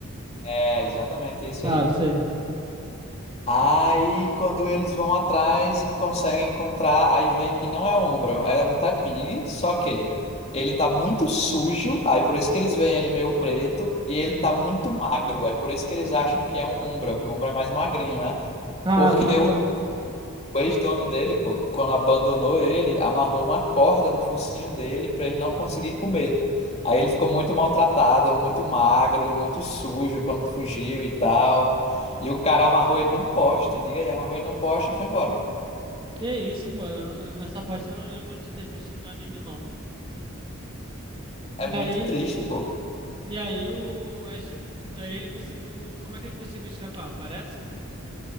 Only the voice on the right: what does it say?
Tá,
sei.
Uhum.
Caramba.
Que isso, pô, eu não- essa parte eu não lembro de ter visto no anime, não.
E
aí,
e aí o Ash, aí ele conseguiu, como é que ele conseguiu escapar? Aparece?